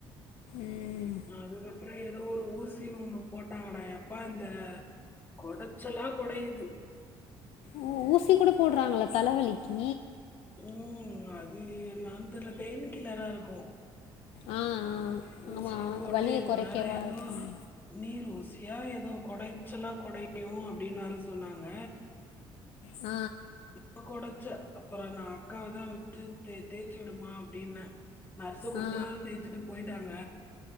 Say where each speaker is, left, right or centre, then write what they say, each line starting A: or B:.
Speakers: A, on the left; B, on the left.
A: ம்
B: அதுக்கப்புறோ ஏதோ ஒரு ஊசி ஒண்ணு போட்டாங்கடா எப்பா இந்த கொடச்சலா கொடையுது
A: ஊ ஊசி கூட போட்றாங்களா தலவலிக்கி
B: ம் அது என்னான் தெர்ல பைன் கில்லரா இருக்கு
A: ஆ ஆ ஆமா
B: ஊசிய போட்டு
A: வலிய கொறைக்கவா
B: வேற எதோ
A: இருக்கும்
B: நீர் ஊசியா ஏதோ கொடைச்சலா கொடையு அப்டின்னு வேற சொன்னாங்க
A: அ
B: ப கொடச்ச அப்புறோ நா அக்காவதா விட்டு தே தேச்சு விடுமா அப்டின்னே நர்ஸு கொஞ்ச
A: ஆ
B: நேரோ தேச்சுட்டு போயிட்டாங்க